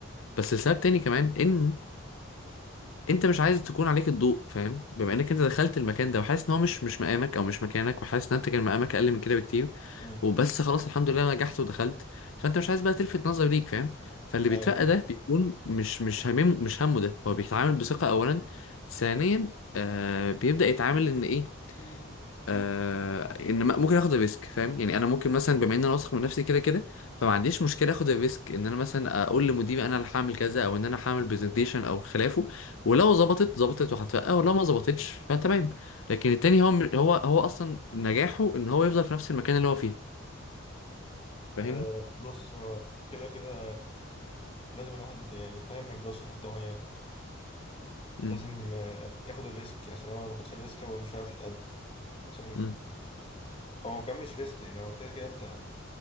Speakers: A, on the left (about 80°); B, on the left (about 25°).
A: بس لسبب تاني كمان ان انت مش عايز تكون عليك الضوء فاهم بما انك انت دخلت المكان ده وحاسس ان هو مش مش مقامك او مش مكانك وحاسس ان انت كان مقامك اقل من كده بكتير
B: مم.
A: وبس خلاص الحمد لله انا نجحت ودخلت فانت مش عايز بقى تلفت نظر ليك فاهم فاللي
B: ايوه
A: بيترقى
B: فاهم
A: ده بيكون مش مش همم مش همه ده هو بيتعامل بثقة اولا ثانيا آه بيبدأ يتعامل ان ايه
B: مم.
A: آه ان م- ممكن اخد الريسك فاهم يعني انا ممكن مثلا بما ان انا واثق من نفسي كده كده فما عنديش مشكله اخد الريسك ان انا مثلا اقول لمديري انا اللي هعمل كذا او ان انا هعمل برزنتيشن او خلافه
B: مم.
A: ولو ظبطت ظبطت وهترقى ولو ما ظبطتش فتمام لكن التاني هو م- هو هو اصلا نجاحه ان هو يفضل في نفس المكان اللي هو فيه فاهمني
B: آه بص هو كده كده لازم الواحد يعني فاهم ما يفضلش في حتة معينة
A: امم
B: لازم آه ياخد الريسك عشان هو لو ما خدش الريسك هو مش عارف يتقدم عشان
A: امم
B: هو كان مش ريسك يعني هو كده كده انت